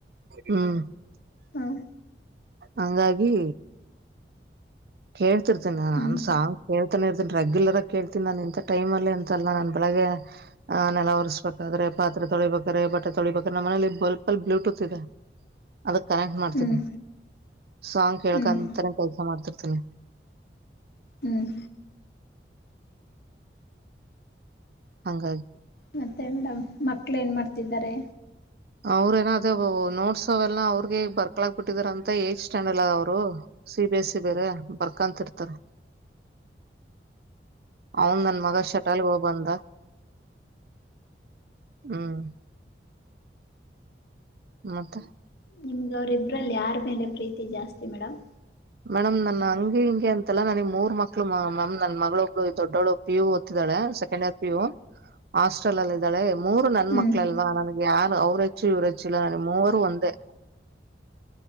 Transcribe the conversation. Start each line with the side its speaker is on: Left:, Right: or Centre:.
Right: ಹ್ಮ್
Left: ಹಾಂ
Right: ಹಂಗಾಗಿ ಕೇಳ್ತಿತಿ ನಾನನ್
Left: ಹ್ಮ್
Right: ಸಾಂಗ್ ಕೇಳ್ತಾನ ಇರತಿ ರೆಗ್ಯುಲರ್ ಆಗ ಕೇತಿ ನನ್ ಇ ಟೈ ಅಲ್ಲಿ ಅಂತಸಲ್ಲ ನನ್ಳ ಹಾಗೆ ಆ ನೆಲ ಒರ್ಸ್ಕಾದ್ರೆ ಪಾತ್ರೆ ತೊಳಿಬೇಕ್ರೆ ಬಟ್ಟೆ ತೊಳಿಬೇಕ್ರೆ ನಮ್ಮ ಮನೇೆಯಲ್ಲಿ ಬಲ್ಲ್ ಬ್ಲೂಟೂತ್ ಇದೆ ಅದಕ್ ಕನೆಕ್ಟ್ ಮಾಡ್ತೀನವಿ
Left: ಹ್ಮ್
Right: ಸಾಂಗ್ ಕೇಕಂತಾನ
Left: ಹ್ಮ್
Right: ಕೆಲ್ಸ ಮಾಡ್ತವಿಿ ಹನ್ನ ಹ್ಮ್
Left: ಹ್ಮ್
Right: ಹಾಗಾಗಿ
Left: ಮತ್ತೆ ಮೇಡಮ್ ಮಕ್ಳ ಏನ್ ಮಾಡ್ತಿದ್ದಾರೆ
Right: ಅವ್ರಏನ ಅದೇ ನೋಡ್ಸ ಅವೆಲ್ಲ ಅವ್ರಗೆಗ್ ಬರ್ಕಳಾಕ್ ಬಿಟ್ಟಿದಾರಂತ ಏಜ್ ಸ್ಟ್ಯಾಂಡ್ರ್ ಅದ ಅವ್ರು ಸಿ ಬಿ ಎಸ್ ಸಿ ಬೇರೆ ಬರ್ಕಂತರ್ತಾರ ಹೌದನ್ ಮಗ ಶಟಾಲ್ ಹಬಂದ ಹ್ಮ್ ಮತ್ತ
Left: ನಿಮ್ಗೆ ಅವರುಬ್ರಲ್ಲಿ ಯಾರ ಮೇಲೆ ಪ್ರೀತಿ ಜಾಸ್ತಿ ಮೇಡಮ್
Right: ಮೇಡಮ್ ನನ್ ಹಂಗಿ ಹಿಂ ಅಲ್ಲ ನನಗ್ ಮೂರ್ ಮಕ್ಳು ಮ್ಯಾಮ್ ನನ್ ಮಗಳ ಒಬ್ಬಳ ದೊಡ್ಡೊಡ ಪಿುಓದತ್ತತಾಳೆ ಸೆಕೆಂಡ್ ಇರ್ ಪಿ ಯು ಹಾಸ್ಟೆಲ್ ಅಲ್ಲಿ ಇದ್ದಾಳೆ ಮೂರು ನನ್
Left: ಹ್ಮ್
Right: ಮಕ್ಳ ಅಲ್ವಾ ನನ್ಗೆ ಯಾರು ಅವ್ರ ಹಚ್ಚಿ ಉರಚಿಲ್ಲಾನ ಮೂರು ಒಂದೆ